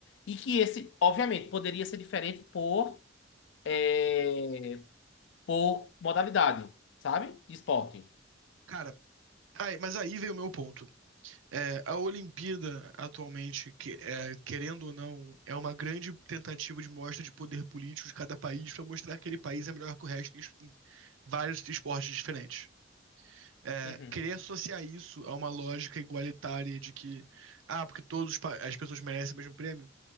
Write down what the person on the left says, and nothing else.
E que esse, obviamente, poderia ser diferente por, é, por modalidade, sabe? De esporte.
Uhum.